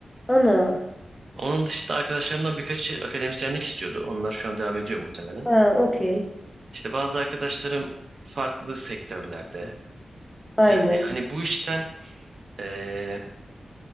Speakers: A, in the centre; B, on the right.
A: Ana.
B: Onun dışında arkadaşlarımdan birkaçı akademisyenlik istiyordu. Onlar şu an devam ediyor muhtemelen.
A: Ha okey.
B: İşte bazı arkadaşlarım farklı sektörlerde.
A: Aynen.
B: Yani hani bu işten e,